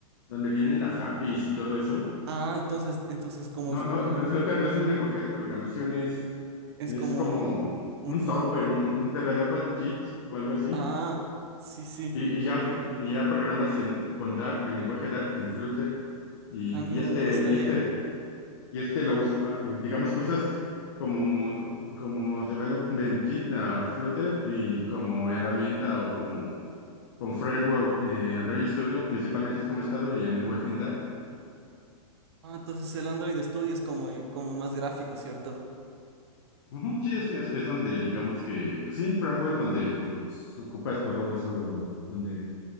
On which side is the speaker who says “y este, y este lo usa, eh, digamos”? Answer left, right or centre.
Left